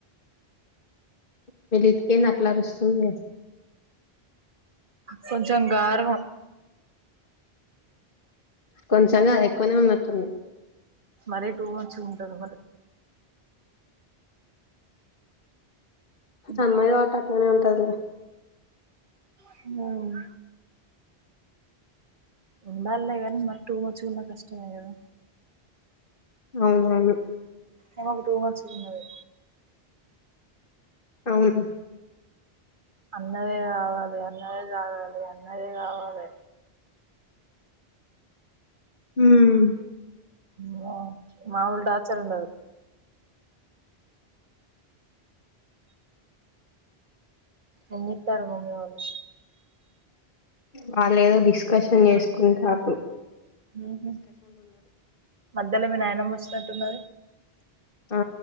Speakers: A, on the left (about 55°); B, on the right (about 50°).
A: మీ లితికేంది అట్ల అరుస్తుంది.
B: కొంచం గారబం
A: కొంచం గాదు ఎక్కువనే ఉన్నట్టుంది
B: మరి టూ మచ్ ఉంటది మరి గారవం
A: అమ్మాయి కావట్టి అట్లనే టదిలే
B: హ్మ్ ఉండాల్లే గానీ మరి టూ మచ్ గున్నా కష్టమే కదా
A: అవునవును
B: ఈమకు టూ మచ్ గున్నది
A: అవునా
B: అన్నదే కావాలి అన్నదే కావాలి అన్నదే కావాలె
A: హ్మ్
B: మ్మొ మామూలు టార్చర్ ఉండదు ఏం చేత్తారు మమ్మీ వాళ్ళు.
A: వాళ్ళేదో డిస్కషన్ చేసుకుంటార్రు
B: హ్మ్ మధ్యలో మీ నాయనమ్మ వచ్చినట్టు ఉన్నది.
A: ఆ